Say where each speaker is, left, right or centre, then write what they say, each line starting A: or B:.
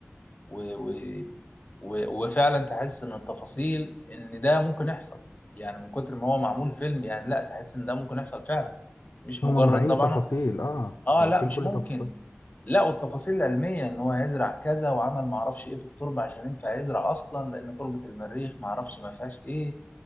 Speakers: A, on the left (about 35°); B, on the left (about 80°).
A: و... و... و... وفعلا تحس ان التفاصيل ان ده ممكن يحصل يعني من كتر ما هو معمول فيلم يعني لا تحس ان ده ممكن يحصل فعلا مش
B: هم
A: مجرد
B: مراعين
A: طبعا
B: التفاصيل اه
A: اه
B: مغطين
A: لا مش
B: كل
A: ممكن
B: تفصيل
A: لا والتفاصيل العلميه ان هو يزرع كذا وعمل ما اعرفش ايه في التربه عشان ينفع يزرع اصلا لان تربه المريخ ما اعرفش ما فيهاش ايه